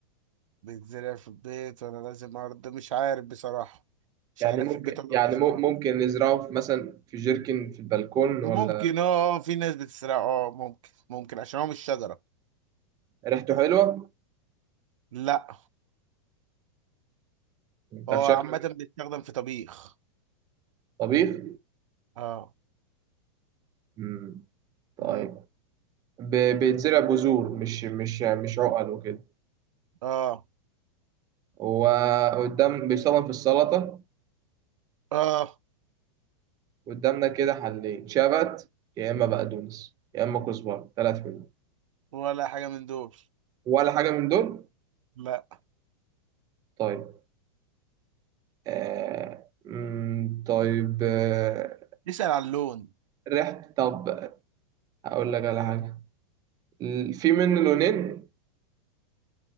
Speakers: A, on the right (about 85°); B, on the right (about 25°).
A: بيتزرع في البيت ولا لازم ارض مش عارف بصراحة مش
B: يعني
A: عارف
B: ممكن
A: في البيت ولا
B: يعني
A: لازم
B: مم-
A: ارض
B: ممكن نزرعه في مثلا في جيركن في البلكون
A: ممكن
B: ولا
A: اه في ناس بتزرع اه ممكن ممكن عشان هو مش شجرة
B: ريحته حلوة؟
A: لا
B: طب
A: هو
B: شكله
A: عامة بيستخدم في طبيخ
B: طبيخ؟
A: اه
B: مم. طيب
A: مم.
B: ب- بيتزرع بذور مش مش مش عقل وكده
A: اه
B: وقدام بيستخدم في السلطة
A: اه
B: قدامنا كده حلين شبت يا إما بقدونس يا إما كزبرة ثلاث منهم
A: ولا حاجة من دول
B: ولا حاجة من دول؟
A: لا
B: طيب آه... مم، طيب آه...
A: اسأل على اللون
B: ريحة طب هقول لك على حاجة ال- في منه لونين